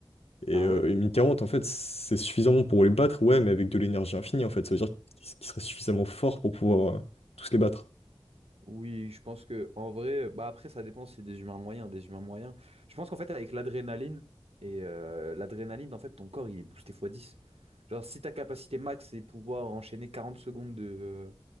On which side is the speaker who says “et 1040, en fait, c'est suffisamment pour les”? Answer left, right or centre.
Left